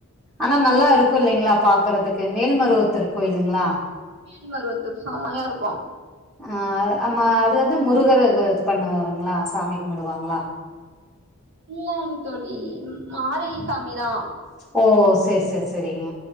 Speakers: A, in the centre; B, on the right.
A: ஆனா நல்லா இருக்கு இல்லிங்ளா பாக்குறதுக்கு மேல்மருவத்தூர் கோயிலுங்ளா
B: மேல்மருவ த்தூர் செமையா இருக்கு
A: ஆ அமா அது வந்து முருகரு இது பண்ணுவாருங்ளா சாமி கும்பிடுவாங்ளா
B: இல்லாங் தோழி ம் மாரி சாமிதா
A: ஓ சேர் சேர் செரிங்க